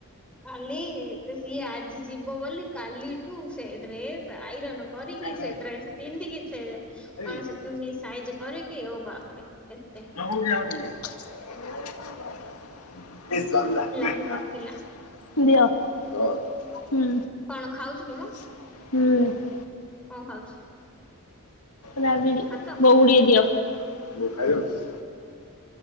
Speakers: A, in the centre; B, on the left.
A: କାଲି ସିଏ ଆଜି ଯିବ ବୋଲି କାଲିଠୁ ସେ ଡ୍ରେସ୍ ଆଇରନ୍ କରିକି,
B: ଦିଅ।
A: ସେ ଡ୍ରେସ ପିନ୍ଧିକି, ସେ କଣ
B: ହୁଁ
A: ସେ ଚୁର୍ନି ସାଇଜ କରିକି ଓ ବାପରେ ଏତେ।
B: <unintelligible> <unintelligible>
A: ଲାଗି ପଡିଥିଲା
B: ଦିଅ ହୁଁ।
A: କଣ ଖାଉଛୁ କି ମ
B: ହୁଁ।
A: କଣ ଖାଉଛୁ?
B: ରାବିଡି଼
A: ଭାତ?
B: ବୋଉ କୁ ଟିକେ ଦିଅ, ବୋଉ ଖାଇବ କି?